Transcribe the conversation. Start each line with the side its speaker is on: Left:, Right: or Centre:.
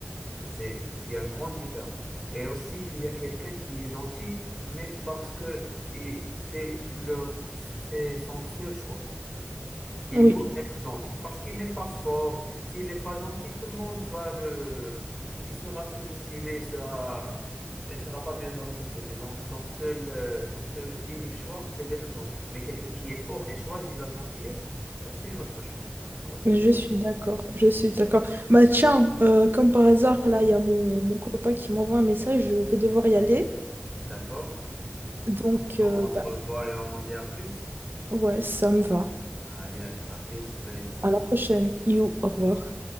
Centre: C'est, il y a une grande différence. Et aussi, il y a quelqu'un qui est gentil, mais parce que et c'est leur, c'est son seul choix. Il
Right: Oui,
Centre: doit être gentil parce qu'il n'est pas fort. S'il n'est pas gentil, tout le monde va le, il sera sous-estimé, il sera, il sera pas bien dans la société. Donc, son seul, euh, son seul unique choix, c'est d'être gentil. Mais quelqu'un qui est fort et choisit la gentillesse, ça, c'est une autre chose. Tu vois ce
Right: je
Centre: que je...
Right: suis d'accord, je suis d'accord. Bah tiens, euh, comme par hasard, là, il y a mon, mon copain qui m'envoie un message, je vais devoir y aller.
Centre: D'accord.
Right: Donc,
Centre: Donc,
Right: euh,
Centre: on se
Right: bah,
Centre: revoit et on dit à plus.
Right: ouais, ça me va.
Centre: Allez, à à plus, Maël.
Right: À la prochaine. You, au revoir.